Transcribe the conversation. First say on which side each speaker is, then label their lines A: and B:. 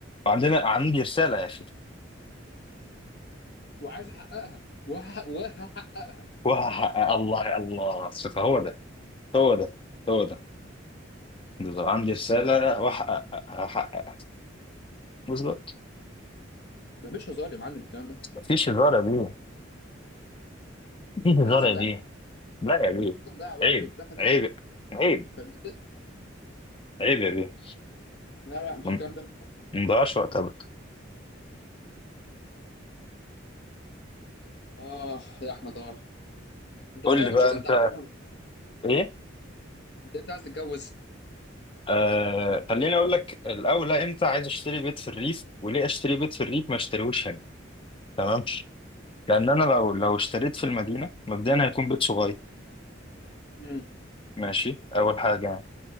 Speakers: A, on the left (about 25°); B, on the left (about 60°).
A: وعندنا عندي رساله يا اخي
B: وعايز احققها وهح- وهحققها
A: وهحقق <laughs> الله الله الثقه هو ده هو ده هو ده بالظبط عندي رساله وهحقق هحققها بالظبط
B: ده مش هزار يا معلم الكلام ده
A: مفيش هزار يا بيه مفيش هزار
B: احنا لسه
A: يا
B: نضيع
A: بيه لا يا بيه
B: لسه نضيع وقت
A: عيب
B: وبتاع خلينا
A: عيب عيب
B: خل...
A: عيب يا بيه
B: لا لا مش
A: ما
B: الكلام ده
A: ما نضيعش وقت ابدا
B: اه يا احمد اه انت
A: قول
B: طيب
A: لي بقى
B: ان شاء الله
A: انت
B: انت عايز تتجوز
A: ايه
B: انت امتى عايز تتجوز
A: آه خليني اقول لك الاول امتى عايز اشتري بيت في الريف وليه اشتري بيت في الريف ما اشتريهوش هنا تمام لان انا لو لو اشتريت في المدينه مبدئيا هيكون بيت صغير
B: امم
A: ماشي اول حاجه يعني